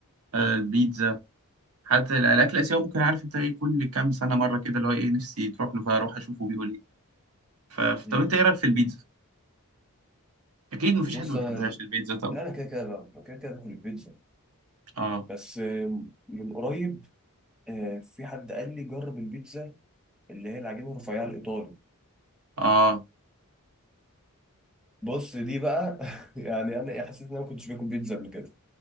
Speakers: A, on the right (about 75°); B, in the centre.
A: آه، البيتزا حتى الاكل الاسيوي ممكن عارف انت ايه كل كام سنه مره كده اللي هو ايه نفسي تروح له فاروح اشوفه بيقول ايه ف-
B: مم.
A: طب انت ايه رايك في البيتزا اكيد مفيش
B: بص
A: حد ما بيحبهاش
B: انا
A: البيتزا طبعا
B: لا انا كده كده بقى- كده كده باكل البيتزا
A: اه
B: بس آه، من قريب آه، في حد قال لي جرب البيتزا اللي هي العجينه الرفيعه الايطالي
A: اه
B: بص دي بقى <laughs> يعني انا إيه، حسيت ان انا ما كنتش باكل بيتزا قبل كده